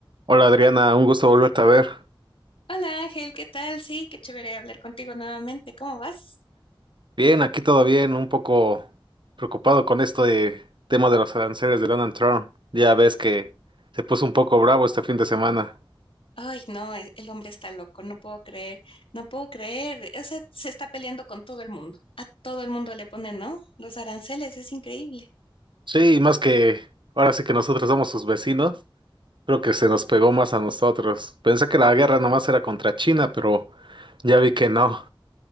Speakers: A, on the right (about 60°); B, on the left (about 85°).
A: Hola Adriana, un gusto volverte a ver.
B: Hola Ángel, ¿qué tal? Sí, qué chévere hablar contigo nuevamente. ¿Cómo vas?
A: Bien, aquí todo bien, un poco preocupado con esto de tema de los aranceles de Donald Trump. Ya ves que se puso un poco bravo este fin de semana.
B: Ay, no, e- el hombre está loco, no puedo creer, no puedo creer. O sea, se está peleando con todo el mundo. A todo el mundo le ponen, ¿no? Los aranceles, es increíble.
A: Sí, y más que ahora sí que nosotros somos sus vecinos, creo que se nos pegó más a nosotros. Pensé que la guerra nomás era contra China, pero ya vi que no.